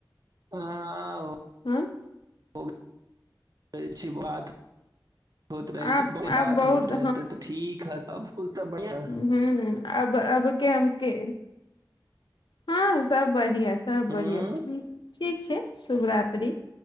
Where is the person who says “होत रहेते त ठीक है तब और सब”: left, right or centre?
Right